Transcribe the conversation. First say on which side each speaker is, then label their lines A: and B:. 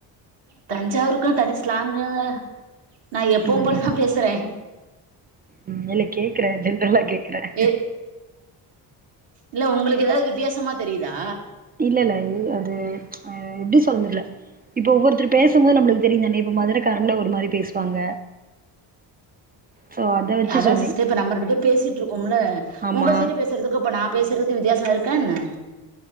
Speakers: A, on the right; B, on the right.
A: தஞ்சாவூருக்குன்னு தனி ஸ்லாங்கன்னு நான் எப்பவும்
B: ம்
A: போலதான் பேசுறேன்
B: ம் இல்ல கேக்குறேன் ஜென்ரலா கேக்குறேன்
A: ஏ இல்ல உங்ளுக் எதா வித்தியாசமா தெரிதா
B: இல்லெல்ல அது ஆ எப்டி சொல் தெரில இப்ப ஒவ்வொருத்தர் பேசும்போது நம்ளுக் தெரியுந்தானே இப்ப மதுரக்காரங்ளா ஒருமாரி பேசுவாங்க சோ அத வச்சு
A: அதான்
B: சொன்னே
A: சிஸ்டர் இப்ப நம்ம ரெண்டு பேர் பேசிட்டு இருக்கோம்ல
B: ஆமா
A: உங்க சைடு பேசுறதும் இப்ப நான் பேசுறது வித்யாசம் இருக்கா என்ன